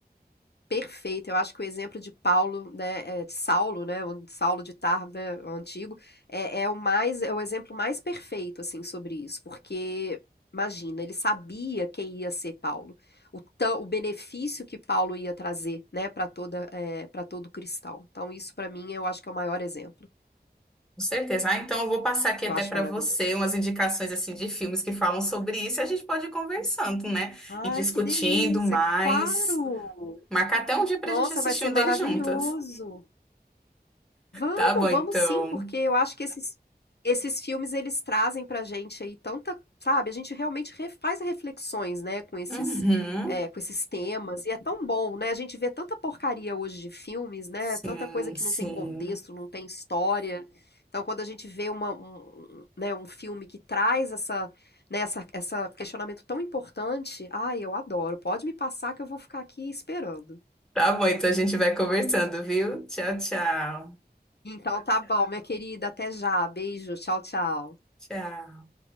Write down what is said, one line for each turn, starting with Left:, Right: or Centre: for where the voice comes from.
Left: perfeito, eu acho que o exemplo de Paulo, né, eh, de Saulo, né, o Saulo de Tarso, né, o antigo, é é o mais é o exemplo mais perfeito, assim, sobre isso, porque, imagina, ele sabia quem ia ser Paulo, o tan o benefício que Paulo ia trazer, né, para toda, para todo cristão. Então isso para mim eu acho que é o maior exemplo.
Centre: Com certeza. Ah, então eu vou passar aqui
Left: Eu
Centre: até
Left: acho
Centre: para
Left: maravilhoso.
Centre: você umas indicações assim de filmes que falam sobre isso. e A gente pode ir conversando, né?
Left: Ai,
Centre: E discutindo
Left: que delícia,
Centre: mais.
Left: claro!
Centre: Marcar até um dia para
Left: Nossa,
Centre: a gente assistir
Left: vai ser
Centre: um
Left: maravilhoso.
Centre: deles juntas.
Left: Vamos,
Centre: Tá bom, então.
Left: vamos sim, porque eu acho que esses esses filmes eles trazem pra gente aí tanta, sabe, a gente realmente re faz reflexões, né, com esses,
Centre: Uhum.
Left: eh, com esses temas, e é tão bom, né, a gente vê tanta porcaria hoje de filmes, né,
Centre: Sim,
Left: tanta coisa que
Centre: sim.
Left: não tem contexto, não tem história, então quando a gente vê uma, um, um, né, um filme que traz essa, né, essa, essa questionamento tão importante, ai, eu adoro, pode me passar que eu vou ficar aqui esperando.
Centre: Tá bom, então a gente vai conversando, viu? Tchau, tchau.
Left: Então tá bom, minha querida, até já, beijo, tchau, tchau.
Centre: Tchau.